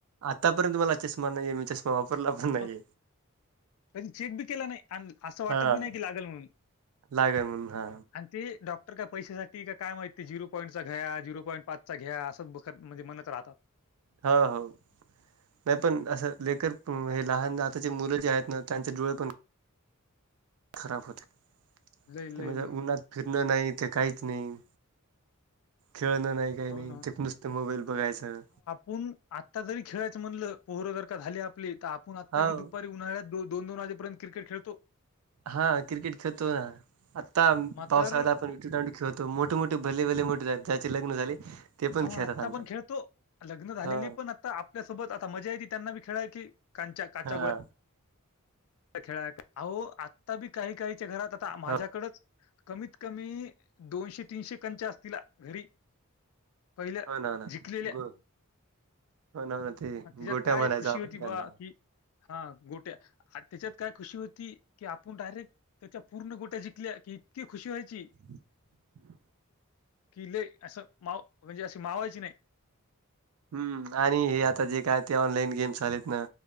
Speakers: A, on the right (about 75°); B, on the left (about 70°).
A: आतापर्यंत मला चष्मा नाहीये मी चष्मा वापरला
B: आणि
A: पण नाहीेय.
B: मग कधी चेक बी केला नाही आणि असं वाटत
A: हा.
B: बी नाही की लागल म्हणून
A: लागेल म्हणून हा
B: अन् ते डॉक्टर का पैशासाठी काय माहिती ते झिरो पॉईंटचा घ्या झिरो पॉईंट पाचचा घ्या असं बघत म्हणजे म्हणत राहतात.
A: हो हो. नाही पण असं लेकरं हे लहान आता जी मुलं जे आहेत ना त्यांचे डोळे पण खराब होतेत,
B: लय, लय,
A: म्हणजे
B: लय.
A: उन्हात फिरणं नाही ते काहीच नाही, खेळणं नाही काही नाही,
B: हो
A: ते नुसतं मोबाईल बघायचं.
B: ऊन आत्ता जरी खेळायचं म्हणलं पोरं जर का झाले आपली, तर आपण आत्ता
A: हो
B: बी दुपारी उन्हाळ्यात दोनदोन वाजेपर्यंत क्रिकेट खळतो.
A: हा क्रिकेट खेळतो ना, आत्ता
B: मात्र
A: पावसाळा विटी टांडू खेळतो, मोठे मोठे भले भले मोठेत ज्याचे लग्न झाले ते पण
B: आहो
A: खेळतात
B: आत्ता
A: आमच्यात
B: पण खेळतो, लग्न झालेली
A: हा
B: पण आता आपल्यासोबत आता मजा येत त्यांना बी खेळाय की कांच्या, काचा गोळ्या
A: हा
B: खेळाय, अहो आत्ता बी काही काहीच्या घरात आता माझ्याकडचं
A: हो
B: कमीत कमी दोनशे तीनशे कंच असतीला घरी. पहिलं
A: हो ना हो ना
B: जीकलेल्या.
A: गो हो ना. ते
B: त्याच्यात
A: गोट्या
B: काय
A: म्हणायचो
B: खुशी
A: आपण
B: होती बा
A: त्यांना
B: की हा गोट्या त्याच्यात काय खुशी होती की, आपण डायरेक्ट त्याच्या पूर्ण गोट्या जिंकल्या कि इतकी खुशी व्हायची
A: <inaudible>
B: की, लय असं माव म्हणजे अशी मावायची नाही.
A: हम्म आणि हे आता जे काय ते ऑनलाईन गेम्स आलेत ना